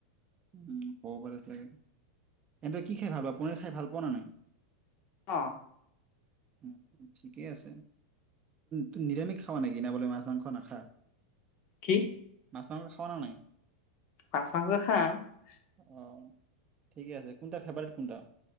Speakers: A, on the right; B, on the left.
A: উ ক'ব পাৰে চাগে এন্ত তই কি খাই ভাল পোৱা পনীৰ খাই ভাল পোৱা নে নাই <unintelligible>
B: অ
A: উ ঠিকেই আছে ত নিৰামিষ খাবা নেকি ন বোলে মাছ মাংস মাছ মাংস নাখায়
B: কি
A: তামোল খাবা নে নাই
B: পাঁচ পাঁচয়ে খা <unintelligible>
A: অ ঠিকে আছে কোনটা ফেভাৰেট কোনটা